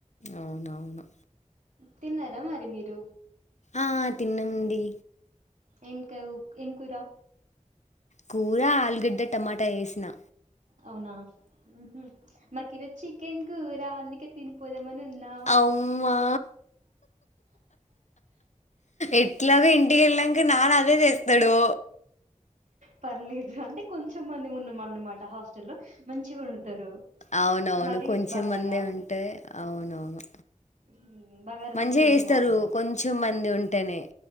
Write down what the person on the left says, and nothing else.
అవునవును
ఆ తిన్నామ్డి
కూర ఆలుగడ్డ టమాటా వేసిన్
అమ్మా ఎట్లాగో ఇంటికి వెళ్ళినంక నాన్న అదే చేస్తాడు
అవునవును
కొంచెంమంది
ఉంటే అవునవును
మంచిగా
చేస్తారు
కొంచెం మంది ఉంటేనే